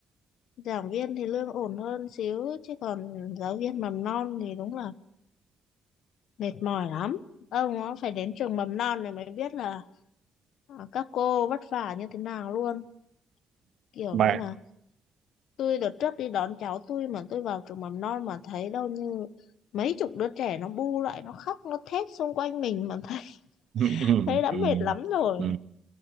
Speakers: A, on the left (about 80°); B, on the right (about 60°).
A: giảng viên thì lương ổn hơn xíu chứ còn giáo viên mầm non thì đúng là mệt mỏi lắm. Ông nó phải đến trường mầm non này mới biết là ờ, các cô vất vả như thế nào luôn. Kiểu
B: mà
A: như là tôi đợt trước đi đón cháu tôi mà tôi vào trường mầm non mà thấy đâu như mấy chục đứa trẻ nó bu lại nó khóc nó thét xung quanh mình mà thấy
B: ừ, ừ,
A: thấy đã
B: ừ,
A: mệt lắm rồi
B: ừ,